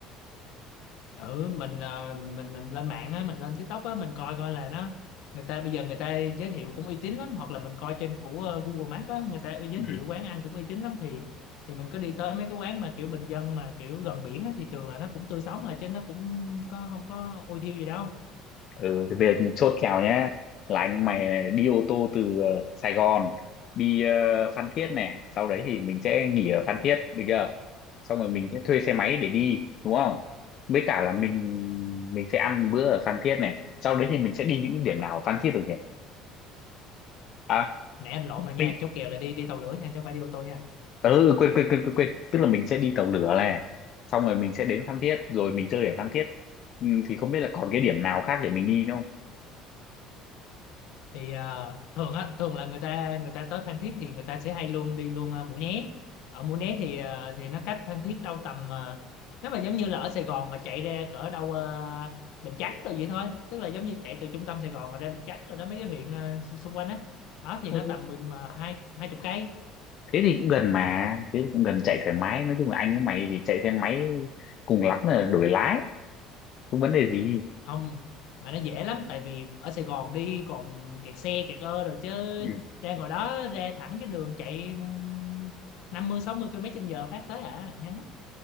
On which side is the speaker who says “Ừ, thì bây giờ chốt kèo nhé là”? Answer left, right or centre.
Left